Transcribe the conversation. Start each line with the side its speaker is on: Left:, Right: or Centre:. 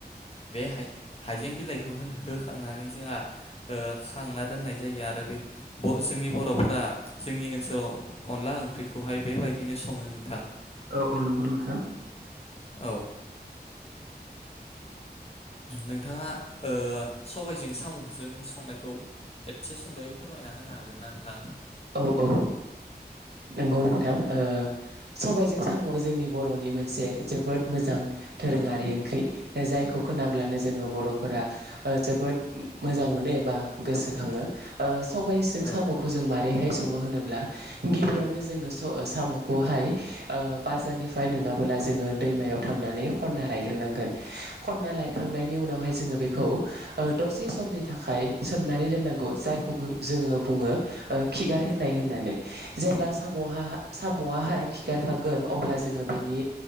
Left: बे हाइ हाइजें बिलाइखौ हो होखांनानै जोंहा ओ खांना दोननाय जायो आरो बे जोंनि ब बर'फोरा जोंनि ओनसोलाव अनला ओंख्रिखौहाय बेबायदिनो सङो नोंथां।
Right: औ औ नंगौ नोंथां।
Left: औ। नोंथाङा ओ सबायजों साम'जों संनायखौ एदसे सुंद'यै फोरमायना होनो हागोन ना नोंथां?
Right: औ औ। नंगौ नोंथां ओ सबायजों साम' जोंनि बर'नि मोनसे जोबोद मोजां दोरोङारि ओंख्रि जायखौ खोनाब्लानो जोङो बर'फोरा ओ जोबोद मोजां मोनो एबा गोसोखाङो ओ सबाइजों
Left: औ
Right: सामखौ जों मान रैहाय सङो होनोब्ला गिबियावनो जोङो साम'खौहाय ओ बाजारनिफ्राय नोङाबोला जोङो दैमायाव थांनानै खन्ना लायग्रोनांगोन खनना लायखांनायनि उनावहाय जोङो बेखौ ओ दसे समनि थाखाय सोमनानै दोननांगौ जायखौ जोङो बु बुङो खिगार होनाय होननानै जेब्ला सामहा साम'आहाय खिगारखांगोन अब्ला जोङो बेनि